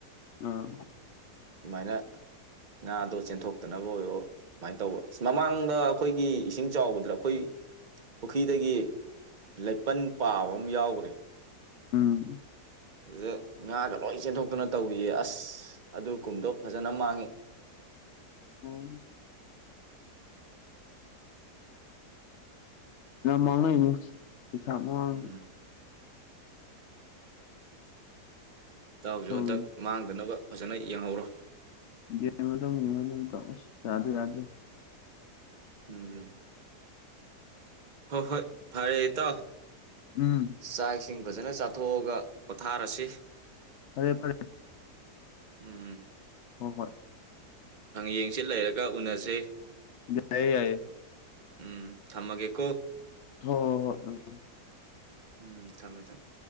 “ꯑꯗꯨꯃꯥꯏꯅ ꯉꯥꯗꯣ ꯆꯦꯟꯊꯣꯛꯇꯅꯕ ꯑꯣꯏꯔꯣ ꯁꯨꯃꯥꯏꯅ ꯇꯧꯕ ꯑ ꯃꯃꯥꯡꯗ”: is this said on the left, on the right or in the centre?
Right